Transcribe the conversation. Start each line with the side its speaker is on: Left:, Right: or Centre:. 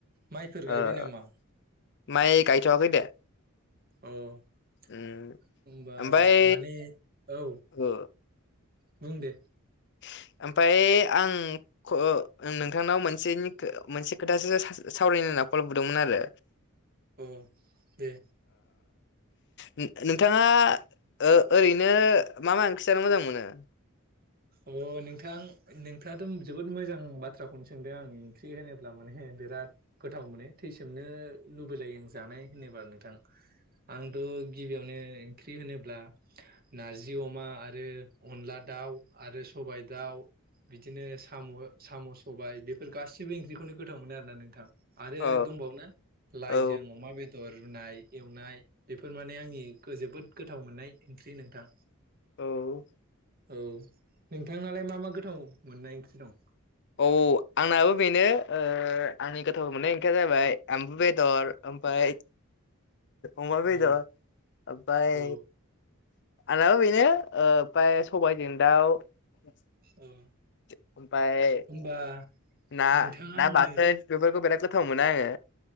Right: माइफोर
Left: ओ
Right: गायबाय नामा
Left: माइ गायथ'वाखै दे।
Right: अ। होनबा
Left: उम ओमफ्राय
Right: माने औ
Left: ओ
Right: बुं दे।
Left: <inaudible> ओमफाय आं खो नोंथांनाव मोनसेनि खो मोनसे खोथासो सास-सावरायनो होनना ना खल बुदोंमोन आरो।
Right: अ दे।
Left: नो नोंथाङा ओ ओरैनो मा मा ओंखि जानो मोजां मोनो?
Right: अ नोंथां नोंथाङाथ' जोबोद मोजां बाथ्राखौनो सोंदों आं ओंख्रि होनोब्ला माने बिराद गोथाव मोनो थैसोमनो लुबैलायो आं जानाय होनोबा नोंथां। आंथ' गिबियावनो ओंख्रि होनोब्ला नारजि अमा आरो अनला दाउ आरो सबाय दाउ बिदिनो साम' साम' सबाय बेफोर गासिबो ओंख्रिखौनो गोथाव मोनो आरोना नोंथां। आरो
Left: औ
Right: दंबावनो लाइजों
Left: औ
Right: अमा बेदर रुनाय एवनाय बेफोर माने आंनि जोबोद गोथाव मोननाय ओंख्रि नोंथां।
Left: औ।
Right: औ नोंथांनालाय मा मा गोथाव मोननाय ओंख्रि दं?
Left: औ आंनाबो बेनो ओ आंनि गोथाव मोननाय ओंखिया जाबाय एम्बु बेदर ओमफाय अमा
Right: औ
Left: बेदद आमफाय
Right: औ
Left: आंनाबा बेनो ओ ओमफाय सबायजों दाउ ओमफाय
Right: औ होमबा
Left: ना
Right: नोंथाङा
Left: ना
Right: आंनो
Left: बाथोन बेफोरखौ बेराद गोथाव मोनो आङो।